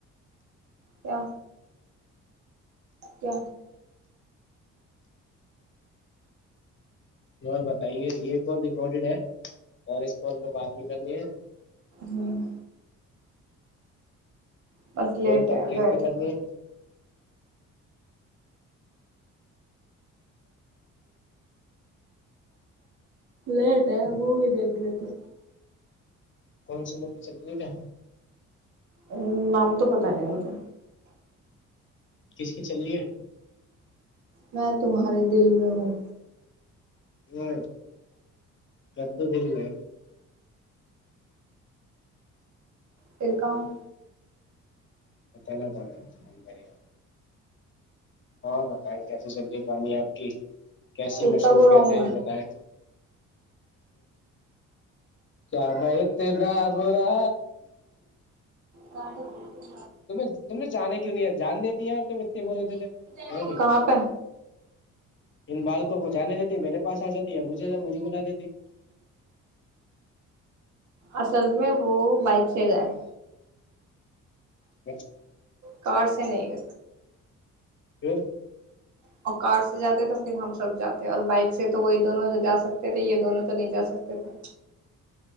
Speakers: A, on the right; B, on the left.
A: کیا کیا
B: اور بتائیے یہ کال ریکارڈیڈ ہے اور اس کال پہ بات بھی کرنی ہے
A: ہوں بس لیٹ
B: ٹول کمپلیٹ
A: ہے بیٹھے
B: بھی کرنی ہے
A: لیٹ ہے وہ بھی دیکھ لیتے
B: کون سی مووی چل رہی ہے
A: ا نام تو پتا نہیں مجھے
B: کس کی چلی ہے
A: میں تمہارے دل میں ہوں
B: ہ گدو دل میں
A: پھر گاؤں
B: اتلر کون ہے بڑیا اور بتائیں کیسے چل رہیے کہانی آپ کیسی
A: اتنا
B: مصروفیت
A: برا ہوں
B: ہے یہ بتائیں کیام تیندورا
A: گڈو بکل
B: ت تم نے جانے کیوں نہیں آ جان دیتی ہیں تو اتتے بول دیتے تھے
A: میں
B: بھی
A: کہاں پہ
B: ان بالکوں کو جانے دیتی میرے پاس آ جاتی ہے مجھے مجھے بلا دیتی
A: اصل میں وہ بائک سے گئے
B: ج
A: ک سے نہیں گ
B: پھر
A: اور کار سے جاتے تو پھر ہم سب جاتے ہیں اور بائک سے تو وہی دونوں جا سکتے تھے یہ دونوں تو نہیں جا سکتے تھے